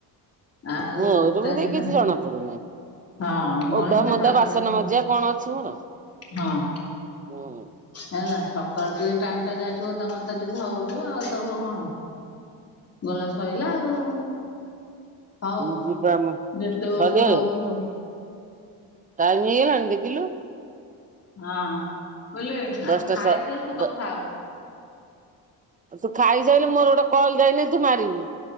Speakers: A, on the left; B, on the right.
A: ଆଉ
B: ମୋର
A: ଟେନସ
B: ବି ଦେଇ କିଛି ଜଣା ପଡୁନି।
A: ହଁ ମୋର
B: ଓଦା
A: ଏମିତି
B: ମୋଦା
A: ପାାଗ
B: ବାସନ
A: ହେଲା
B: ମଜିଆ କଣ ଅଛି ମୋର।
A: ହଁ
B: ହୁଁ
A: ହେଲା ସକାଳ ଟିକେ ଟାଇମ ଟା ଯାଇଥିବ ଓଦା ମଦା ଟିକେ ହଉଥିବ ଆଉ ତା ପରେ କଣ ଗଲା ସଇଲା ଆଉ। ହଉ
B: ହୁଁ ଯିବା ଆମେ
A: ଯେତେ ବର୍ଷ
B: ସରିଗଲା
A: ହଉଚି ହଉ।
B: ଟାଇମ ହେଇଗଲାଣି ଦେଖିଲୁ?
A: ହଁ ମୁଁ କହିଲି
B: ଦଶଟା
A: ଆଉ ଖାଇସାରୁୁ
B: ସ
A: ତୁ
B: ଦ
A: କଥା ହବୁ।
B: ତୁ ଖାଇ ସାଇଲେ ମୋର ଗୋଟେ କଲ ଯାଇନି ତୁ ମାରିବୁ।